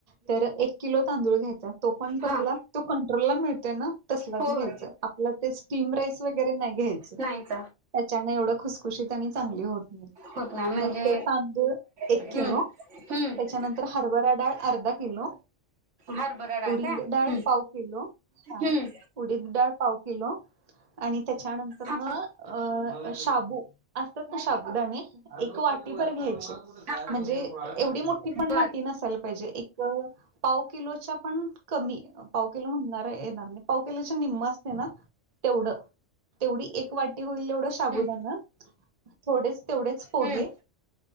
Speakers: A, on the right; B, on the right.
A: तर एक किलो तांदूळ घ्यायचा तो पण कसला
B: हा हो
A: तो कंट्रोल ला मिळतोय ना तसलाच
B: हो
A: घ्यायचा आप स्टीम राईस वगैरे नाही घ्यायचं
B: नाहीच
A: त्यामुळं एवढ खूस खुशीत आणि चांगली होते
B: होत नाही म्हणजे
A: मग ते तांदूळ एक
B: हम्म
A: किलो
B: हम्म
A: त्याच्यानंतर हरभरा डाळ अर्धा किलो
B: हरभरा डाळ
A: उडीद
B: का हम्म
A: डाळ पाव किलो हा
B: हम्म
A: उडीद डाळ पाव किलो आणि त्याच्यानंतरन
B: हा
A: शाबू असतात ना शाबूदाणे एक वाटी भर घ्यायचे
B: हा
A: म्हणजे एवढी मोठी पण
B: बर
A: वाटी नसायला पाहिजे एक पाव किलोच्या पण कमी पाव किलो म्हणणार येणार नाही पाव किलोच्या निम्मं असतय ना तेवढं तेवढी एक वाटी होईल तेवढं शाबुदानं
B: हम्म
A: थोडेच तेवढेच पोहे
B: हम्म